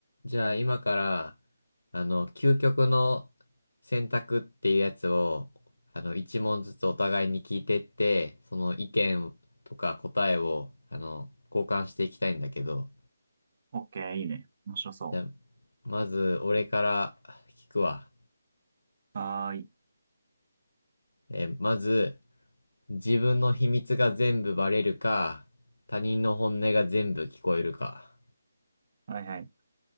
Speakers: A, on the left; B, on the right.
A: じゃあ今から、あの、究極の選択っていうやつを、あの、一問ずつお互いに聞いてって、その意見とか答えを、あの、交換していきたいんだけど、
B: オッケー、いいね。面白そ
A: じゃあ、まず俺から聞くわ。
B: う。はーい。
A: えーまず、自分の秘密が全部バレるか、他人の本音が全部聞こえるか。
B: はいはい。